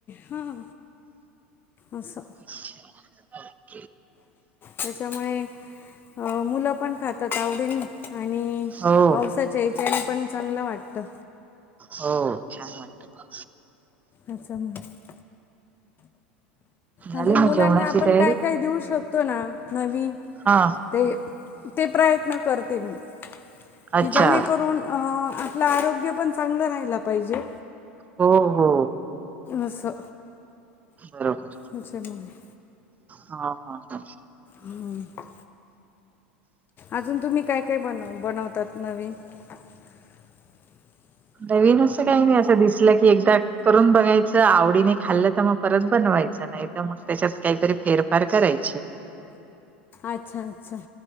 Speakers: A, on the left; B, on the right.
A: हां असं,
B: बर <inaudible>
A: त्याच्यामुळे. अ मुलं पण खातात आवडीने आणि
B: हो
A: पावसात. त्याच्यानी पण चांगलं वाटतं.
B: हो छान वाटत.
A: असं म्हणजे.
B: झाली
A: अजून
B: मग
A: मुलांना
B: जेवणाची
A: आपण
B: तयारी
A: काय काय देऊ शकतो ना नवीन.
B: हा,
A: ते ते प्रयत्न करते मी.
B: अच्छा.
A: की जेणेकरून अ आपलं आरोग्य पण चांगलं रायला पाहिजे.
B: हो हो,
A: असं,
B: बरोबर
A: त्याच्यामुळे
B: हा हा,
A: हा अजून तुम्ही काय काय बनव बनवतात नवीन. <inaudible>
B: नवीन असं काही नाही असं दिसलं की एकदा करून बघायचं आवडीने खाल्लं त म परत बनवायचं नाय. त मग त्याच्यात काहीतरी फेरफार करायची.
A: आच्छा आच्छा,